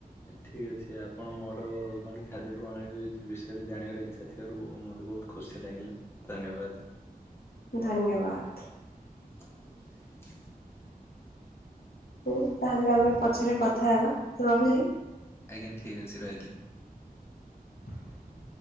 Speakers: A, on the left (about 15°); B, on the left (about 75°).
A: ଠିକ୍ ଅଛି ଆପଣ ମୋର କଣ ଖାଦ୍ୟ ପ୍ରଣାଳୀ ବିଷୟରେ ଜାଣିବାର ଇଚ୍ଛା ଥିବାରୁ ମୋତେ ବହୁତ ଖୁସି ଲାଗିଲା ଧନ୍ୟବାଦ।
B: ଧନ୍ୟବାଦ।
A: <inaudible>
B: ହୁ ତାହେଲେ ଆମେ ପଛରେ କଥା ହେବା ରହିଲି।
A: ଆଜ୍ଞା ଠିକ ଅଛି ରହିଲି।
B: <inaudible>